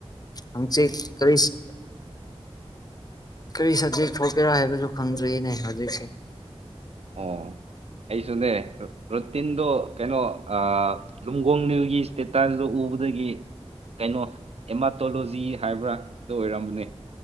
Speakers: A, on the left; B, on the right.
A: ꯍꯡꯆꯤꯠ ꯀꯔꯤꯁ ꯀꯔꯤ ꯁꯕꯖꯦꯛ ꯊꯣꯛꯀꯦꯔꯥ ꯍꯥꯏꯕꯁꯨ ꯈꯪꯗ꯭ꯔꯦꯅꯦ ꯍꯧꯖꯤꯛꯁꯦ
B: ꯑꯣ ꯑꯩꯁꯨꯅꯦ ꯔꯨ ꯔꯨꯇꯤꯟꯗꯣ ꯀꯩꯅꯣ ꯑꯥ ꯂꯨꯝꯒꯣꯡ ꯅꯤꯜꯒꯤ ꯏꯁꯇꯦꯇꯁꯗꫭ ꯎꯕꯗꯒꯤ ꯀꯩꯅꯣ ꯑꯦꯃꯥꯇꯣꯂꯣꯖꯤ ꯍꯥꯏꯕ꯭ꯔꯥ ꯑꯗꯨ ꯑꯣꯏꯔꯝꯕꯅꯦ